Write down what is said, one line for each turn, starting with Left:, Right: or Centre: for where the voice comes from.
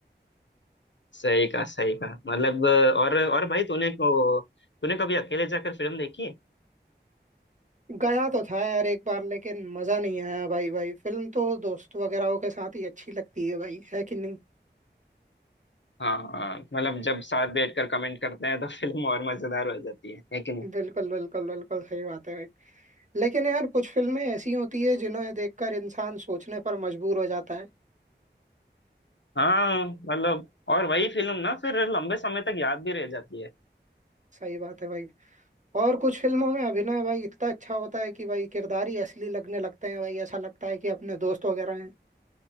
Left: सही कहा सही कहा मतलब और और भाई तूने को तूने कभी अकेले जाकर फिल्म देखी है
Right: गया तो था यार एक बार लेकिन मजा नहीं आया भाई भाई फिल्म तो दोस्त वगैरह के साथ ही अच्छी लगती है भाई है कि नहीं
Left: हाँ हाँ मतलब जब साथ बैठकर कमेंट करते हैं तो <laughs> फिल्म और मजेदार हो जाती है है कि नहीं
Right: बिल्कुल बिल्कुल बिल्कुल सही बात है भाई लेकिन यार कुछ फिल्में ऐसी होती है जिन्हें देखकर इंसान सोचने पर मजबूर हो जाता है
Left: हाँ मतलब और वही फिल्म ना फिर लंबे समय तक याद भी रह जाती है
Right: सही बात है भाई और कुछ फिल्मों में अभिनय भाई इतना अच्छा होता है कि भाई किरदार ही असली लगने लगते हैं भाई ऐसा लगता है कि अपने दोस्त वगैरह हैं